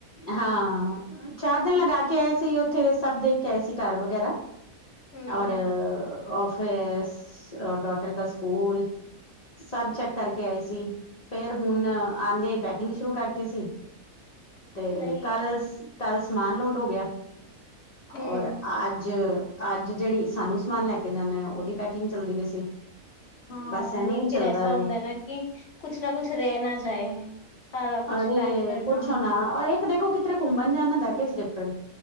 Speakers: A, on the left; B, on the left.
A: ਹਾਂ ਚਾਰ ਦਿਨ ਲਗਾ ਕੇ ਆਏ ਸੀ ਉੱਥੇ ਸਭ ਦੇਖ ਕੇ ਆਏ ਸੀ ਘਰ ਵਗੈਰਾ।
B: ਹੂੰ,
A: ਔਰ ਆਫ਼ਿਸ, ਡੋਟਰ ਦਾ ਸਕੂਲ ਸਭ ਚੈੱਕ ਕਰਕੇ ਆਏ ਸੀ ਫੇਰ ਹੁਣ ਆਦਿਆਂ ਪੈਕਿੰਗ ਸ਼ੁਰੂ ਕਰਤੀ ਸੀ। ਤੇ
B: ਸਹੀ
A: ਕੱਲ,
B: ਹੈ।
A: ਕੱਲ ਸਮਾਨ ਲੋਡ ਹੋ ਗਿਆ
B: ਹੂੰ,
A: ਔਰ ਅੱਜ ਅੱਜ ਜਿਹੜੀ ਸਾਨੂੰ ਸਮਾਨ ਲੈ ਕੇ ਜਾਣਾ ਉਹਦੀ ਪੈਕਿੰਗ ਚੱਲਦੀ ਪਈ ਸੀ।
B: ਹਾਂ
A: ਬਸ ਐਵੇਂ
B: ਨਹੀਂ
A: ਹੀ
B: ਫਿਰ
A: ਚੱਲਦਾ
B: ਐਸਾ
A: ਆ
B: ਹੁੰਦਾ ਨਾ ਕਿ ਕੁਛ ਨਾ ਕੁਛ ਰਹਿ ਨਾ ਜਾਏ। ਸਾਰਾ ਕੁਛ
A: ਅਰੇ
B: ਪੈਕ ਕਰਨਾ।
A: ਪੁੱਛੋਂ ਨਾ ਅਰੇ ਦੇਖੋ ਕਿਥਰੇ ਘੁੰਮਣ ਜਾਣਾ ਦੈਟ ਇਜ਼ ਡਿਫਰੈਂਟ